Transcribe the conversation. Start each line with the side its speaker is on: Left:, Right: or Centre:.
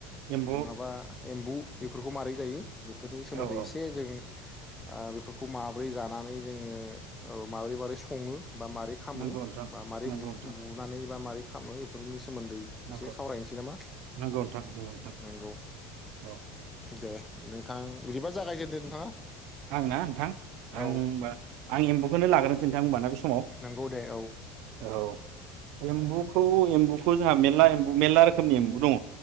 Right: एम्बु
Left: नङाबा एम्बु बेफोरखौ माबारै जायो बेफोरनि सोमोन्दै
Right: औ औ
Left: एसे जों ओ बेफोरखौ माबोरै जानानै जोङो माबोरै-माबोरै सङो बा मारै खामो
Right: नंगौ नोंथां
Left: बा मारै
Right: नंगौ नोंथां
Left: बुनानै बा मारै खामो बेफोरनि सोमोन्दै
Right: नंगौ
Left: एसे सावरायनोसै नामा
Right: नंगौ नोंथां नंगौ नोंथां
Left: नंगौ
Right: औ
Left: दे नोंथां बिदिबा जागायग्रोदो नोंथाङा
Right: आंना नोंथां
Left: औ
Right: आं होमबा आं एम्बौखौनो लाग्रोनो नोंथां होनबाना बिस समाव
Left: नंगौ दे औ
Right: औ एम्बुखौ एम्बु एम्बुखौ जोंहा मेरला एम्बु मेरला रोखोमनि एम्बु दङ